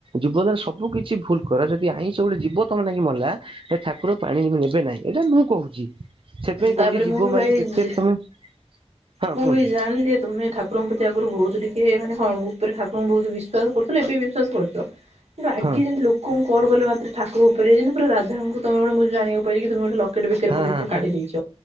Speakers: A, on the right; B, on the right.
A: ଜୀବନରେ ସବୁ କିଛି ଭୁଲ କର ଯଦି ଆଇଁଷ ଗୋଟେ ଯିବ ତମ ନାକି ମଲା ଠାକୁର ପାଣି ନେବେ ନାହିଁ ଏଇଟା ମୁଁ କହୁଛି। ସେଥିପାଇଁ
B: ତାପରେ
A: କହୁଚି ଜୀବ
B: ମୁଁ ବି ଭାଇ
A: ମାରିକି ଯେତେ ତମେ ହଁ
B: ମୁଁ
A: କୁହନ୍ତୁ
B: ବି ଜାଣିଲି ତୁମେ ଠାକୁରଙ୍କ ପ୍ରତି ଆଗରୁ ବହୁତ ସିଏ ମାନେ ହଁ ଉପରେ ଠାକୁଙ୍କୁ ବହୁତ ବିଶ୍ଵାସ କରୁ ଏବେ ବିଶ୍ୱାସ କରୁଚ? କିନ୍ତୁ ଆଗେ
A: ହଁ
B: ଯେମିତି ଲୋକ କଲ କଲେ ମାତ୍ରେ ଠାକୁର ଉପରେ ହେଇଛନ୍ତି ପୁରା ରାଧାଙ୍କୁ ତମେ ଗୋଟେ ଜାଣିବାକୁ ପାଇଲି କି ତମେ ଗୋଟେ ଲ କେଟ ବେକରେ
A: ହଁ
B: ପକେଇଥିଲ
A: ହଁ
B: କାଢି ଦେଇଛ